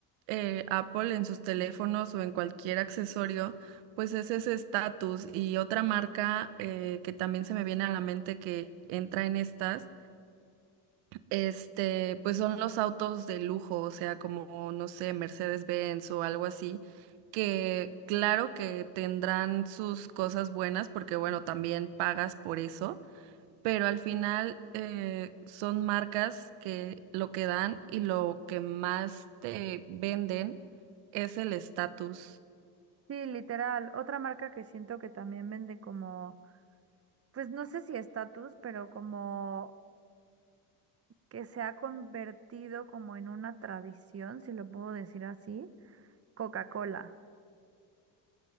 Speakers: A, on the right; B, on the right.
A: eh, Apple en sus teléfonos o en cualquier accesorio pues es ese estatus y otra marca eh, que también se me viene a la mente que entra en estas, este, pues son los autos de lujo, o sea, como, no sé, Mercedes-Benz o algo así, que claro que tendrán sus cosas buenas porque, bueno, también pagas por eso, pero al final eh, son marcas que lo que dan y lo que más te venden es el estatus.
B: Sí, literal. Otra marca que siento que también vende como, pues no sé si estatus, pero como que se ha convertido como en una tradición, si lo puedo decir así, Coca-Cola.